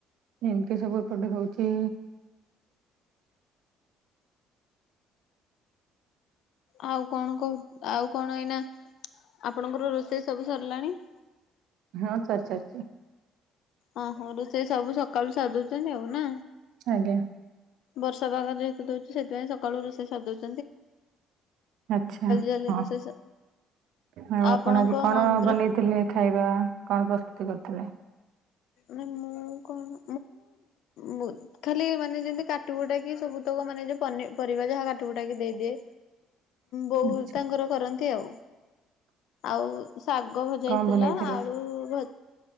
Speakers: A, on the right (about 70°); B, on the left (about 65°).
A: ଏମତି ସବୁ ଏ ପଟେ ହଉଛି।
B: ଆଉ କଣ କହୁ ଆଉ କଣ ଏଇନା। ଆପଣଙ୍କର ରୋଷେଇ ସବୁ ସରିଲାଣି?
A: ହଁ। ସରିସାରିଛି।
B: ଓହୋ ରୋଷେଇ ସବୁ ସକାଳୁ ସାରିଦଉଛନ୍ତି ଆଉ। ନା?
A: ଆଜ୍ଞା।
B: ବର୍ଷା ପାଗ ଯେହେତୁ ଦଉଛି ସେଥିପାଇଁ ସକାଳୁ ରୋଷେଇ ସାରିଦଉଛି।
A: ଆଚ୍ଛା
B: ଜଲ୍ଦି
A: ହଁ।
B: ରୋଷେଇ ସ
A: ଆଉ
B: ଆପଣଙ୍କ
A: ଆପଣ ଆଜି କଣ
B: ମନ୍ଦିର
A: ବନେଇଥିଲେ ଖାଇବା କଣ ପ୍ରସ୍ତୁତି କରିଥିଲେ?
B: ନା ମୁଁ କଣ ମୁଁ ଖାଲି ମାନେ ଯେମତି କାଟିକୁଟା କିି ସବୁତକ ମାନେ ଯୋଉ ପନି ପରିବା ଯାହା କାଟିକୁଟାକି ଦେଇଦିଏ। ବୋଉ
A: ଆଚ୍ଛା
B: ତାଙ୍କର କରନ୍ତି ଆଉ। ଆଉ ଶାଗ ଭଜା
A: କଣ
B: ହେଇଥିଲା
A: ବନେଇଥିଲେ
B: ଆଳୁ ଭ